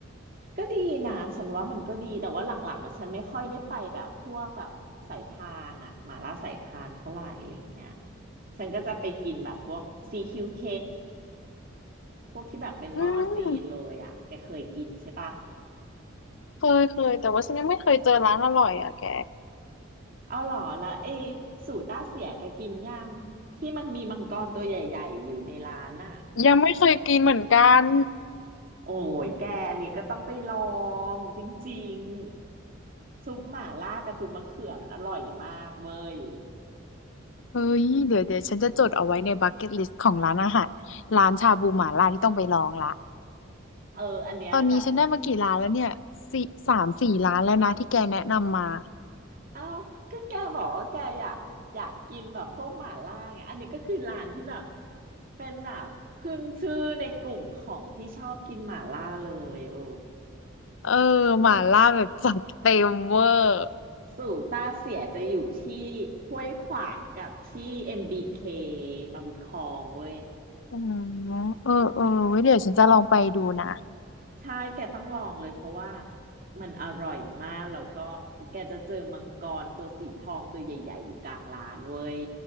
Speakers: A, on the right (about 45°); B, on the left (about 65°).
A: ก็ดีนะฉันว่ามันก็ดีแต่ว่าหลังๆอะฉันไม่ค่อยได้ไปแบบพวกแบบสายพานอะหม่าล่าสายพานเท่าไหร่อะไรเงี้ยฉันก็จะไปกินแบบพวกซีคิวเคพวกที่แบบเป็นหม้อจีนเลยอะแกเคยกินใช่ปะ
B: อืม เคยเคยแต่ว่าฉันยังไม่เคยเจอร้านอร่อยอ่ะแก
A: เอาเหรอแล้วไอ้สูต้าเสียแกกินยังที่มันมีมังกรตัวใหญ่ๆอยู่ในร้านน่ะ
B: ยังไม่เคยกินเหมือนกัน
A: โอ้ยแกอันนี้ก็ต้องไปลองจริงๆซุปหม่าล่ากับซุปมะเขือมันอร่อยมากเว้ย
B: เฮ้ยเดี๋ยวเดี๋ยวฉันจะจดเอาไว้ในบักเก็ตลิสต์ของร้านอาหารร้านชาบูหม่าล่าที่ต้องไปลองละ
A: เอออันเนี้ยแบบ
B: ตอนนี้ฉันได้มากี่ร้านแล้วเนี่ยสี่สามสี่ร้านแล้วนะที่แกแนะนำมา
A: เอ้าก็แกบอกว่าแกอยากอยากกินแบบพวกหม่าล่าไงอันนี้ก็คือร้านที่แบบเป็นแบบขึ้นชื่อในกลุ่มของที่ชอบกินหม่าล่าเลยโอ้
B: เออหม่าล่าแบบจัดเต็มเวอร์
A: สู่ต้าเสียจะอยู่ที่ห้วยขวางกับที่ MBK มบีเคมาบุญครองเว้ย
B: อืมเออเออไว้เดี๋ยวฉันจะลองไปดูนะ
A: ใช่แกต้องลองเลยเพราะว่ามันอร่อยมากแล้วก็แกจะเจอมังกรตัวสีทองตัวใหญ่ๆอยู่กลางร้านเว้ย